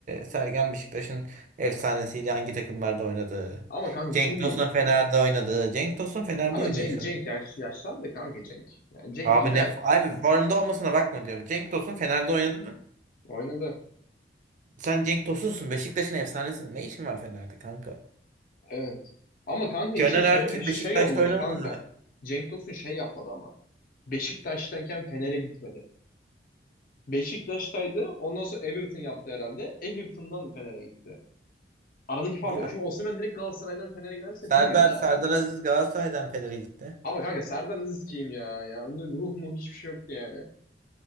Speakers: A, on the right; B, on the left.
A: Sergen Beşiktaş'ın efsanesiyle hangi takımlarda oynadı.
B: ama kanka
A: Cenk
B: şimdi
A: Tosun Fener'de oynadı. Cenk Tosun Fener'de
B: ama
A: oynuyor
B: Cenk
A: şu
B: Cenk
A: an.
B: yaş, yaşlandı kanka Cenk. Yani Cenk
A: Abi
B: gider.
A: ne abi formda olmasına bakma diyorum. Cenk Tosun Fener'de oynadı mı?
B: Oynadı.
A: Sen Cenk Tosun'sun Beşiktaş'ın efsanesi. Ne işin var Fener'de kanka?
B: Evet. Ama kanka
A: Caner
B: işte şey
A: Erkin
B: şey
A: Beşiktaş'ta
B: olmadı
A: oynamadı
B: kanka.
A: mı?
B: Cenk Tosun şey yapmadı ama. Beşiktaş'tayken Fener'e gitmedi. Beşiktaş'taydı. Ondan sonra Everton yaptı herhalde. Everton'dan Fener'e gitti. Aradaki fark
A: Ya
B: o. Şimdi Osimhen direkt Galatasaray'dan Fener'e giderse
A: Serdar
B: bilmiyorum ya.
A: Serdar Aziz Galatasaray'dan Fener'e gitti.
B: Ama kanka Serdar Aziz kim ya? Ya onun ruh mu hiçbir şey yoktu yani.